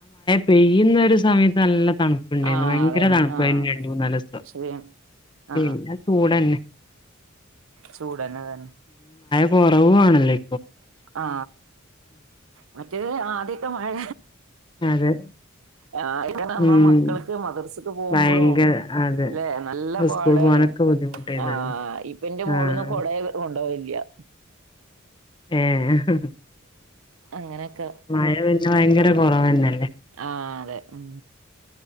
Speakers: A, on the left; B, on the right.
A: പെയ്യുന്ന ഒരു സമയത്ത് നല്ല തണുപ്പുണ്ടായിരുന്നു
B: ആഹ്
A: ഭയങ്ക
B: അതെ
A: തണുപ്പായിരുന്നു
B: ആഹ്
A: രണ്ട് മൂന്നാല് ദിവസം
B: ശരിയാണ്
A: പിന്നെ
B: ആഹ് ആഹ്
A: ചൂടന്നെ
B: ചൂടന്നെ അതന്നെ
A: കുറവു ആണല്ലേ
B: ആ മറ്റേതിന് ആ എത്തീട്ടും മഴ
A: അതെ
B: ആ <unintelligible> നമ്മടെ
A: ഉം
B: മക്കൾക്ക് മദർസക്ക് പോകുമ്പളൂ
A: ഭയങ്കര അതെ
B: അല്ലെ നല്ല പാടാണ്
A: സ്കൂൾ പോകാനൊക്കെ ബുദ്ധിമുട്ടായിരുന്നല്ലോ
B: ആ ഇപ്പ എന്റെ മോളൊന്നും
A: ആഹ്
B: കൊടേ കൊണ്ടുപോവി- യാ
A: ഏഹ്
B: അങ്ങനെയൊക്കെ
A: മഴ വരു ത് ഭയങ്കര കൊറവന്നെ
B: ആ അതെ ഉം